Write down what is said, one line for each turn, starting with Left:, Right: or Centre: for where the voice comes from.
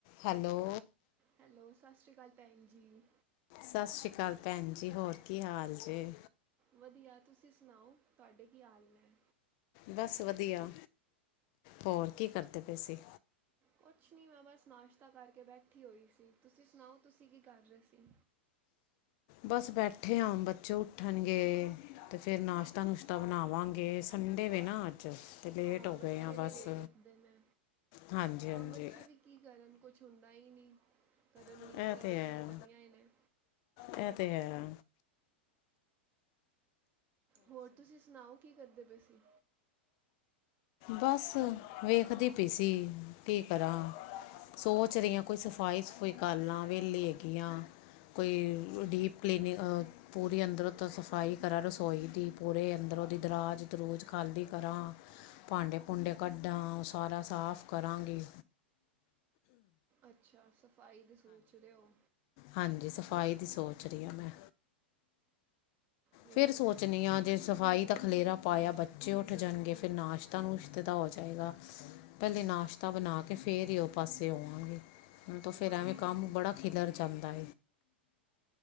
Left: Hello.
Right: Hello! ਸਤਿ ਸ਼੍ਰੀ ਅਕਾਲ, ਭੈਣ ਜੀ।
Left: ਸਤਿ ਸ਼੍ਰੀ ਅਕਾਲ, ਭੈਣ ਜੀ। ਹੋਰ ਕਿ ਹਾਲ ਜੇ?
Right: ਵਧੀਆ, ਤੁਸੀਂ ਸੁਣਾਓ ਤੁਹਾਡੇ ਕਿ ਹਾਲ ਨੇ?
Left: ਬਸ ਵਧੀਆ। ਹੋਰ ਕਿ ਕਰਦੇ ਪਏ ਸੀ?
Right: ਕੁਛ ਨਹੀਂ ਮੈਂ ਬਸ ਨਾਸ਼ਤਾ ਕਰਕੇ ਬੈਠੀ ਹੋਈ ਸੀ, ਤੁਸੀਂ ਸੁਣਾਓ ਤੁਸੀਂ ਕਿ ਕਰ ਰਹੇ ਸੀ?
Left: ਬਸ ਬੈਠੇ ਆ। ਬੱਚੇ ਉੱਠਣਗੇ। ਤੇ ਫੇਰ ਨਾਸ਼ਤਾ -ਨੁਸ਼ਤਾ ਬਣਾਵਾਗੇ ਸੰਡੇ ਵੇ ਨਾ ਅੱਜ। ਤੇ ਲੇਟ
Right: ਹਾਂ
Left: ਹੋ
Right: ਬੱਚੇ
Left: ਗਏ ਆ
Right: ਵੀ
Left: ਬਸ
Right: ਲੇਟ ਉੱਠਦੇ ਨੇ।
Left: ਹਾਂਜੀ
Right: ਹਾਂ
Left: ਹਾਂਜੀ
Right: ਬੱਚੇ ਵੀ ਕੀ ਕਰਨ ਕੁਛ। ਹੁੰਦਾ ਹੀ ਨੀ। ਕਰਨ
Left: ਇਹ
Right: ਨੀਂਦਰਾ
Left: ਤਾਂ
Right: ਤੇ
Left: ਹੈ
Right: ਪੂਰੀ ਕਰਨੀਆਂ ਈ ਨੇ
Left: ਇਹ ਤੇ ਹੈ।
Right: ਹੋਰ ਤੁਸੀਂ ਸੁਣਾਓ ਕਿ ਕਰਦੇ ਪਏ ਸੀ?
Left: ਬਸ ਵੇਖਦੀ ਪਈ ਸੀ ਕਿ ਕਰਾਂ? ਸੋਚ ਰਹੀ ਹਾਂ। ਕੋਈ ਸਫ਼ਾਈ- ਸਫੂਈ ਕਰ ਲਾ ਵਹਲੀ ਹੈਗੀਆਂ ਕੋਈ ਡੀਪ ਕਲੀਨਿੰਗ ਅ ਪੂਰੀ ਅੰਦਰੋਂ ਤਾਂ ਸਫਾਈ ਕਰਾਂ ਰਸੋਈ ਦੀ, ਪੂਰੇ ਅੰਦਰ ਉਹਦੀ ਦਰਾਜ ਦਰੂਜ ਖਾਲੀ ਕਰਾਂ। ਭਾਂਡੇ ਭੂੰਡੇ ਕੱਢਾਂ, ਉਹ ਸਾਰਾ ਸਾਫ ਕਰਾਂਗੇ।
Right: ਅੱਛਾ, ਸਫ਼ਾਈ ਦੀ ਸੋਚ ਰਿਓ।
Left: ਹਾਂਜੀ, ਸਫ਼ਾਈ ਦੀ ਸੋਚ ਰਹੀ ਆਂ ਮੈਂ।
Right: ਹੋਰ
Left: ਫੇਰ ਸੋਚਣੀ ਆ, ਜੇ ਸਫ਼ਾਈ
Right: ਹੂੰ
Left: ਤਾਂ ਖਲੇਰਾ ਪਾਇਆ ਬੱਚੇ ਉੱਠ ਜਾਣਗੇ, ਫਿਰ ਨਾਸ਼ ਤਾਨੂੰ ਇਸ ਤੇ ਦਾ ਹੋ ਜਾਏਗਾ, ਪਹਿਲੇ ਨਾਸ਼ਤਾ ਬਣਾ ਕੇ ਫੇਰ ਹੀ ਉਹ ਪਾਸੇ ਹੋਵਾਂਗੇ। ਹੁਣ ਤਾ ਫੇਰ
Right: ਹਾਂ
Left: ਐਵੇਂ ਕੰਮ ਬੜਾ ਖਿਲਰ ਜਾਂਦਾ।